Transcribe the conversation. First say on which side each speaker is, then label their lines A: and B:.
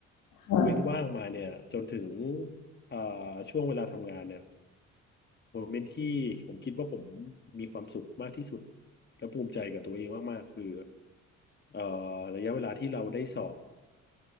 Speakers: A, on the left; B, on the left.
A: ค่ะ
B: เว้นว่างมาเนี่ยจนถึงเอ่อช่วงเวลาทำงานเนี่ยโมเมนต์ที่ผมคิดว่าผมมีความสุขมากที่สุดและภูมิใจกับตัวเองมากๆคือเอ่อระยะเวลาที่เราได้สอบ